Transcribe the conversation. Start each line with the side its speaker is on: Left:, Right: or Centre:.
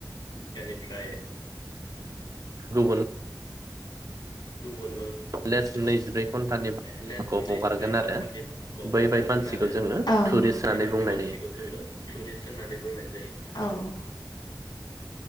Left: फ्राय
Right: गुबुन
Left: औ
Right: लेस नैजिब्रै घन्टानि खौ हगारगोन आरो बैबायदि मानसिखौ
Left: औ।
Right: जोङो टुरिस्ट होननानै बुंनाय जायो